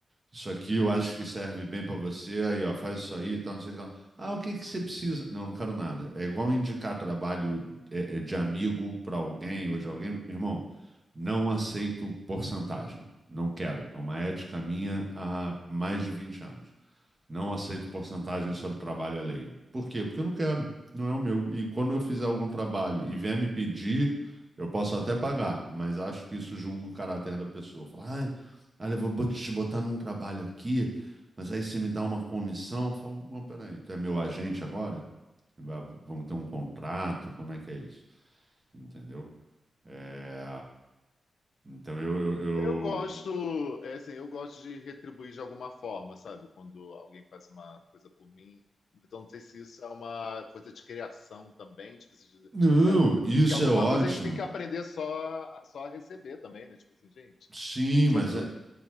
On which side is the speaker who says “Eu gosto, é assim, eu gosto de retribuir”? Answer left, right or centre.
Left